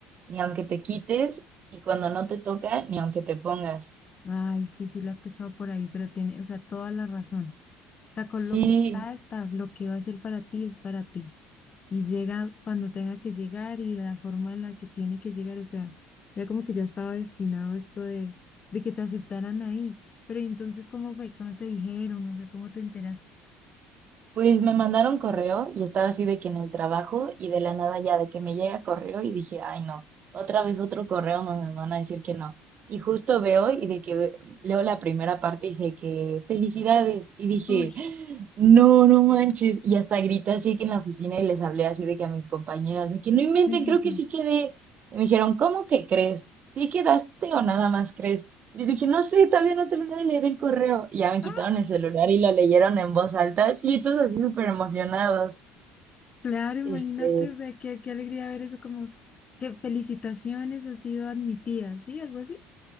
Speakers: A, on the right; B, on the left.
A: ni aunque te quites, y cuando no te toca, ni aunque te pongas.
B: Ay, sí, sí, la he escuchado por ahí, pero tiene, o sea, toda la razón. O sea, con
A: Sí,
B: lo que está, estás, lo que va a ser para ti es para ti. Y llega cuando tenga que llegar y de la forma en la que tiene que llegar, o sea, ya como que ya estaba destinado esto de, de que te aceptaran ahí. Pero ¿y entonces, ¿cómo fue? ¿Cómo te dijeron? No sé, ¿cómo te enteraste?
A: Pues me mandaron correo y estaba así de que en el trabajo y de la nada ya de que me llega correo y dije, ay no, otra vez otro correo donde me van a decir que no. Y justo veo y de que ve- leo la primera parte y dice que felicidades. Y dije,
B: Uy,
A: no, no manches. Y hasta grité así que en la oficina y les hablé así de que a mis compañeras, de que no inventen,
B: sí, sí,
A: creo
B: sí.
A: que sí quedé. Y me dijeron, ¿cómo que crees? ¿Sí quedaste o nada más crees? Les dije, no sé, todavía no terminé de leer el correo. Y ya me
B: Ah,
A: quitaron el celular y lo leyeron en voz alta. Sí, todos así súper emocionados.
B: claro, imagínate,
A: Este,
B: o sea, qué, qué alegría ver eso, como que felicitaciones, ha sido admitida, ¿sí? Algo así.